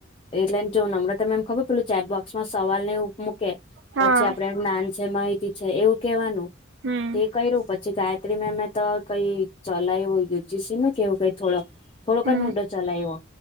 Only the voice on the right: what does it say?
હા
હમ
હમ